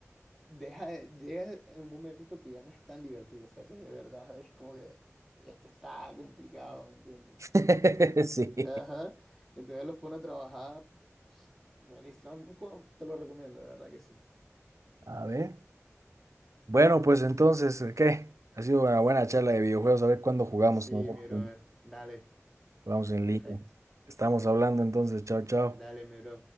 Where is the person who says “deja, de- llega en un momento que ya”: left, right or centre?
Centre